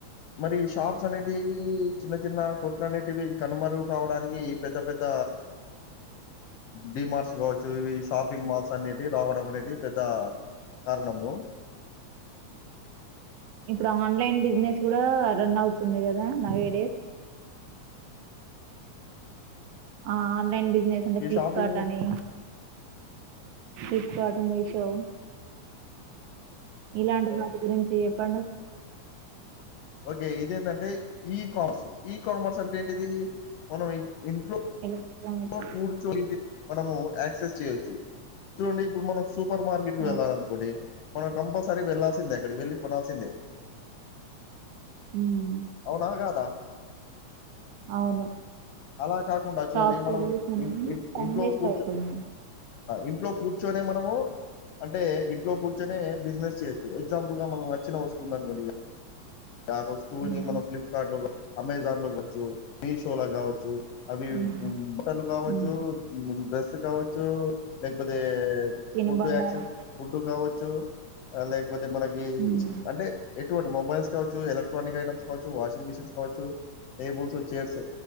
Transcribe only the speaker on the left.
మరి షాప్ అనేటివి చిన్న చిన్న కొట్లు అనేటివి కనుమరుగు కావడానికి పెద్ద పెద్ద డిమార్స్ కావచ్చు చూవి షాపింగ్ మాల్స్ అనేటి రావడం అనేది పెద్ద కారణము
ఈ
షాపింగ్
ఓకే ఇదిేంటంటే ఈ కామర్స్ ఈ కామర్స్ అంటే ఏంటిది మనం ఇంట్లో
కూర్ చో మనము క్సెస్ చేయొచ్చు చూడండి ఇప్పుడు మనం సూపర్ మార్కెట్కి
వెళ్ళాల అనుకోండి మన కంపల్సరీ వెళ్ళ అక్కడికి వెళ్లి కొనాల్సిందే
అవునా కాదా
అలా కాకుండా
చూడండి మనం
ఇం ఇం
ఇంట్లో
కూర్చ
ఇంట్లో కూర్చొనే మనము అంటే ఇంట్లో కూర్చ కూర్చుని బిజినెస్ చేయచ్చు ఎగ్జాంపుల్ గా మనకు నచ్చిన వస్తువు ఉందనుకోండి ఆ వస్తువుని
మనం ఫ్లిప్కార్ట్ లో అమెజాన్ లో కాచ్చు మీషోలో కావచ్చు అదవి
ఊ బట్టలు కావచ్చు
ఊ డ్రెస్ స్ కావచ్చు లేకపోతే
ఫుడ్ యాక్సెస్ ఫుడ్ కావచ్చు చూ అలై క్ లేక్పోతే మనకి
ఇ అంటే ఎటువంటి మొబైల్స్ కావచ్చు, ఎలక్ట్రానిక్ ఐటమ్స్ కావచ్చు, వాషింగ్ మిషన్స్ కావచ్చు, టేబుల్స్, చైర్స్,